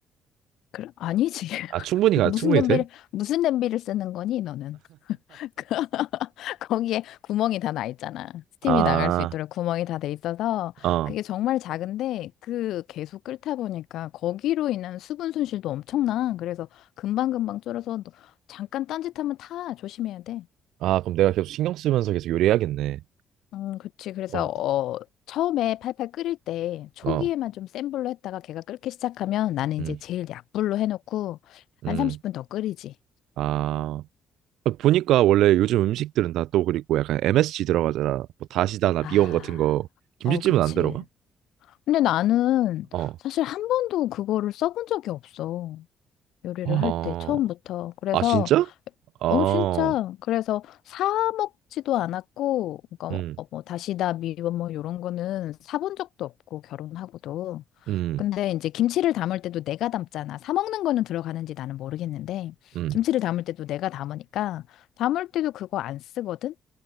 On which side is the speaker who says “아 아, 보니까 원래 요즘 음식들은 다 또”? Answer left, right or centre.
Right